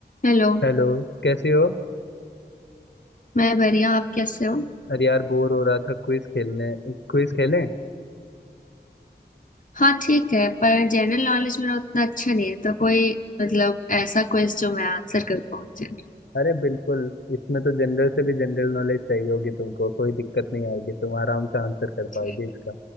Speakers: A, on the left (about 50°); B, on the left (about 85°).
A: Hello
B: Hello कैसे हो
A: मैं बढ़िया आप कैसे हो
B: अरे यार बोर हो रहा था क्विज खेलने क्विज खेलें
A: हाँ ठीक है पर जनरल नॉलेज मेरा उतना अच्छा नहीं है तो कोई मतलब ऐसा क्वेश्चन जो मैं आंसर कर पाऊँ जनरल
B: अरे बिल्कुल इसमें तो जनरल से भी जनरल नॉलेज चाहिए होगी तुमको कोई दिक्कत नहीं आएगी तुम आराम से आंसर कर पाओगे
A: ठीक
B: इसका